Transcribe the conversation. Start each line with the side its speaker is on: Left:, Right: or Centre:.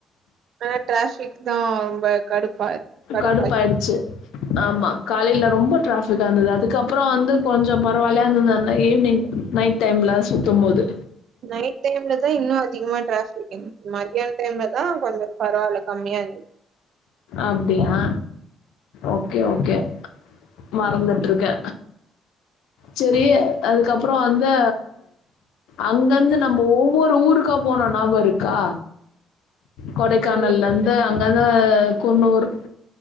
Right: ஆனா டிராபிக் தா ரொம்ப கடுப்பா கடுப்பா
Left: கடுப்பாயிடுச்சு.
Right: ஆயி
Left: ஆமா காலையல ரொம்ப டிராபிக்கா இருந்தது அதுக்கப்புற வந்து கொஞ்ச பரவாயில்லாயே இருந்தந்தன்னா ஈவி்னிங் நைட் டைம்ல சுத்தும்போது
Right: நைட் டைம்ல தா இன்னு அதிகமா டிராபிக் இ மத்யானம் டைம்ல தா கொஞ்ச பரவாயில்ல கம்மியா இருந்துச்சு
Left: அப்டியா ஓகே ஓகே மறந்துட்டு இருக்கே செரி அதுக்கப்புற வந்து அங்கருந்து நம்ம ஒவ்வொரு ஊருக்கா போன ஞாபக இருக்கா கொடைக்கானல்ல
Right: உங்களுக்கு?
Left: இருந்து அங் அத குன்னூர்